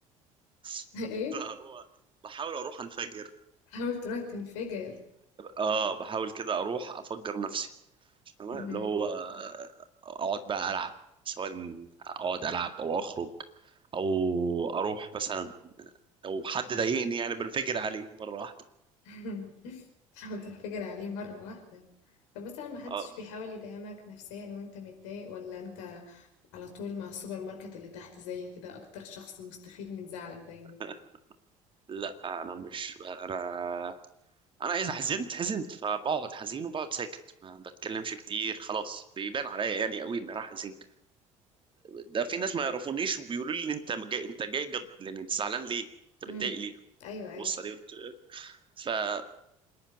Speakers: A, on the right; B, on the left.
A: <laughs>
B: <laughs> ايه
A: بروح بحاول اروح انفجر
B: حاول تروح تنفجر
A: اه بحاول كده اروح افجر نفسي تمام
B: مهم.
A: اللي هو اقعد بقى العب سواء اقعد العب او اخرج او اروح مثلا لو حد ضايقني يعني بنفجر عليه مره واحده
B: <laughs> تحاول تنفجر عليه مرة واحدة طب مثلا ما حدش
A: اه
B: بيحاول يدعمك نفسيا وانت متضايق ولا انت على طول مع السوبر ماركت اللي تحت زي كده اكتر شخص مستفيد من زعلك دايما
A: <laughs> لا انا مش انا انا اذا حزنت حزنت فبقعد حزين وبقعد ساكت ما بتكلمش كتير خلاص بيبان عليا يعني قوي ان انا حزين ده في ناس ما يعرفونيش وبيقولوا لي انت جاي انت جاي جد يعني انت زعلان ليه انت
B: امم
A: متضايق ليه
B: ايوه ايوه
A: بص عليه قلت فمعظم